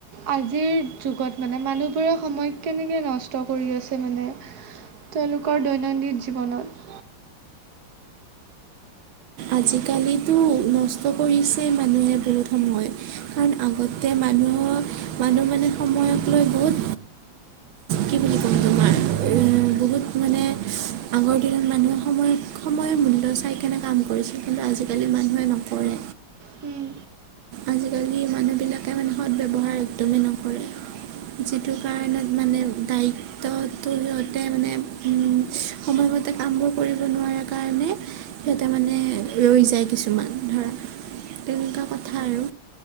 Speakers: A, on the right (about 55°); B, on the right (about 85°).
A: আজিৰ যুগত মানে মানুহবোৰে সময় কেনেকৈ নষ্ট কৰি আছে মানে তেওঁলোকৰ দৈনন্দিন জীৱনত
B: আজিকালিতো নষ্ট কৰিছে মানুহে বহুত সময় কাৰণ আগতে মানুহক মানুহ মানে সময়ক
A: উম,
B: লৈ বহুত কি বুলি ক'ম তোমাৰ
A: উম,
B: বহুত মানে আগৰ দিনত মানুহে সময়ত সময়ে মূল্য চাই কিনে কাম কৰিছে কিন্তু আজিকালি মানুহে নকৰে
A: হম
B: আজিকালি মানুহবিলাকে মানে সদ ব্যৱহাৰ একদমেই নকৰে যিটো কাৰণত মানে দাই ত সিহঁতে মানে সময়মতে কামবোৰ কৰিব নোৱাৰা কাৰণে সিহঁতে মানে ৰৈ যায় কিছুমান ধৰা তেনেকুৱা কথা আৰু